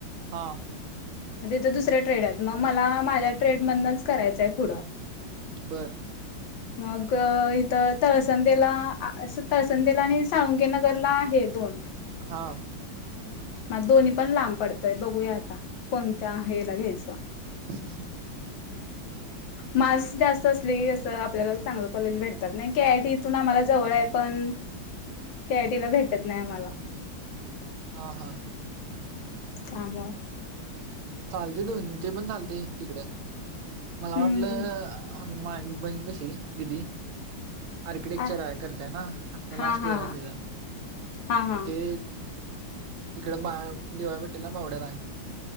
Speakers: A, on the right; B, on the left.
A: हा
B: ते तर दुसऱ्या ट्रेड आहेत मग मला माझ्या ट्रेडमधनच करायचंय पुढं
A: बर
B: मग इथं तळसंदेला अस तळसंदेला आणि साळुंगे नगरला आहे दोन
A: हा
B: मग दोन्ही पण लांब पडतंय बघूया आता कोणत्या हेला घ्यायचं
A: हम् हम
B: मास जास्त असले आपल्याला चांगलं कॉलेज भेटतात नाही के आयटी इथून आम्हाला जवळ आहे पण कॅटीला भेटत नाही आम्हाला
A: हा हा
B: काम
A: चालते दोन्ही ते पण चालते तिकडे मला
B: हम्म
A: वाटलं मा बहीण कशी दिदी आर्किटेक्चर
B: आ
A: आहे करतय ना आता
B: हा
A: लास्ट
B: हा
A: इयर
B: हा
A: आहे तिथं
B: हा हा
A: मग ते तिकडे बा डी वाय पाटील मावडे्याला आहे